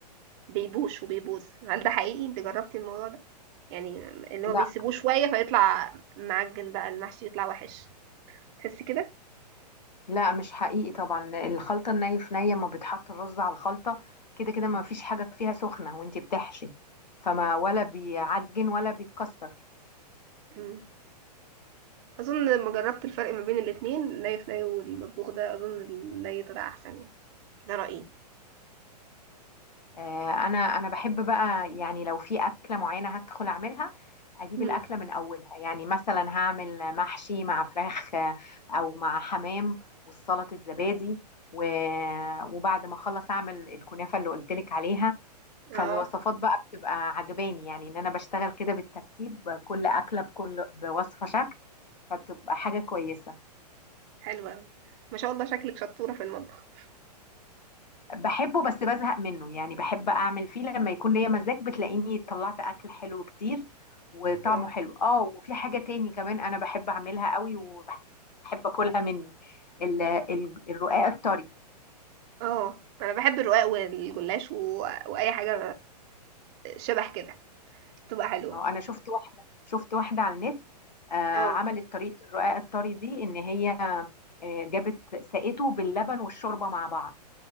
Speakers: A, on the right (about 40°); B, on the left (about 85°).
A: بيبوش وبيبوظ هل ده حقيقي انت جربتي الموضوع ده يعني اللي هو
B: لا
A: بيسيبوه شوية فيطلع معجن بقى المحشي يطلع وحش تحسي كده
B: لا مش حقيقي طبعا الخلطة الني في نية ما بتحط الرز على الخلطة كده كده ما فيش حاجة فيها سخنة وانتي بتحشي فما ولا بيعجن ولا بيتكسر
A: مم. اظن لما جربت الفرق ما بين الاتنين ني في ني والمطبوخ ده اظن الني طلع احسن يعني ده رأيي
B: آه، انا انا بحب بقى يعني لو في أكلة معينة هدخل اعملها اجيب
A: مم.
B: الأكلة من اولها يعني مثلا هعمل محشي مع فراخ آه، او مع حمام وسلطة زبادي و- وبعد ما اخلص اعمل الكنافة اللي قلتلك عليها فالوصفات
A: اه
B: بقى بتبقى عجباني يعني ان انا بشتغل كده بالترتيب كل اكله بكل بوصفه شكل فبتبقى حاجه كويسه
A: حلوة أوي. ما شاء الله شكلك شطورة في المطبخ
B: بحبه بس بزهق منه يعني بحب اعمل فيه لما يكون ليا مزاج بتلاقيني طلعت اكل حلو كتير وطعمه
A: اه
B: حلو اه وفي حاجه تاني كمان انا بحب اعملها قوي وبحب اكلها مني ال- ال- الرقاق الطري
A: اه انا بحب الرقاق والجلاش و... واي حاجه شبه كده تبقى حلوه
B: هو انا شفت واحده شفت واحده على النت آه
A: اه
B: عملت طريقه الرقاق الطري دي ان هي آه جابت سقته باللبن والشوربه مع بعض